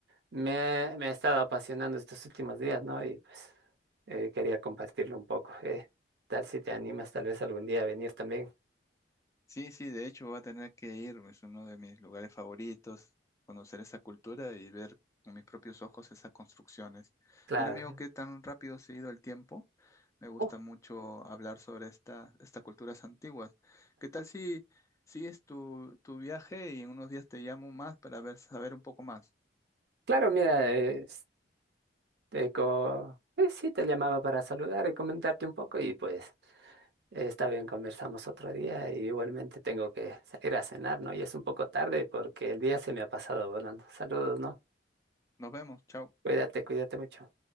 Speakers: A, on the right; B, on the left.
A: me, me ha estado apasionando estos últimos días, ¿no? Y pues eh, quería compartirlo un poco. eh. Tal si te animas tal vez algún día a venir también.
B: Sí, sí, de hecho voy a tener que ir, es uno de mis lugares favoritos, conocer esa cultura y ver con mis propios ojos esas construcciones.
A: Claro.
B: Mira, amigo, qué tan rápido se ha ido el tiempo. Me gusta
A: Oh,
B: mucho hablar sobre esta, estas culturas antiguas. ¿Qué tal si sigues tu, tu viaje y en unos días te llamo más para ver, saber un poco más?
A: claro, mira. eh, Te co- eh, sí, te llamaba para saludar y comentarte un poco y pues eh, está bien, conversamos otro día y igualmente tengo que salir a cenar, ¿no? Y es un poco tarde porque el día se me ha pasado volando. Saludos, ¿no?
B: Nos vemos, chao.
A: Cuídate, cuídate mucho.